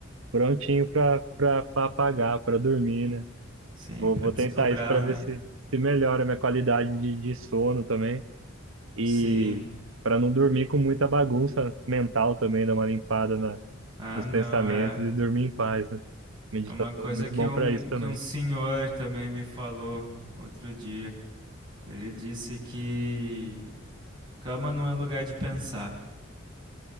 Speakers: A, on the right; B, on the right.
A: prontinho pra, pra, pra apagar, pra dormir, né?
B: sim,
A: Vou,
B: para
A: vou
B: desdobrar,
A: tentar isso pra
B: né?
A: ver se, se melhora a minha qualidade de, de sono também, e
B: Sim.
A: pra não dormir com muita bagunça mental também, dar uma limpada na,
B: Ah,
A: nos
B: não,
A: pensamentos
B: é.
A: e dormir em paz, né? Meditação
B: É uma coisa
A: é muito
B: que
A: bom
B: um,
A: pra isso também.
B: que um senhor também me falou outro dia. Ele disse que cama não é lugar de pensar.